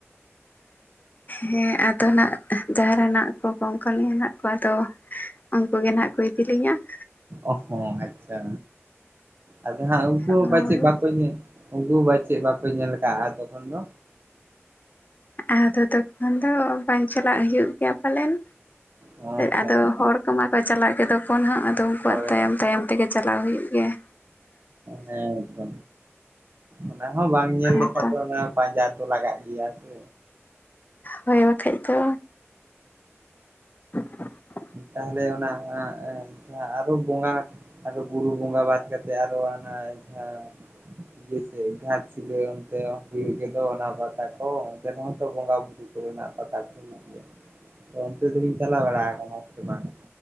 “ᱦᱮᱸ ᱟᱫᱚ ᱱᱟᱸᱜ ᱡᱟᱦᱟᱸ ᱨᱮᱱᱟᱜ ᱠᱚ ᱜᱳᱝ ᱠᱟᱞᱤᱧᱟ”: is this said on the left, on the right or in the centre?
Left